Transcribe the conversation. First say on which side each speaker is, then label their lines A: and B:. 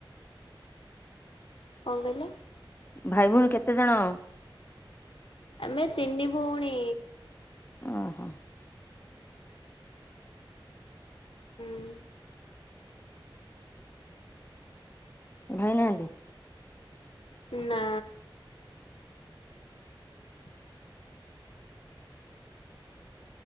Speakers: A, on the left; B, on the left.
A: କଣ କହିଲେ?
B: ଭାଇ ଭଉଣୀ କେତେ ଜଣ?
A: ଆମେ ତିନି ଭଉଣୀ।
B: ଅଁ ହଁ।
A: ହୁଁ।
B: ଭାଇ ନାହାନ୍ତି?
A: ନା। ହଁ <inaudible>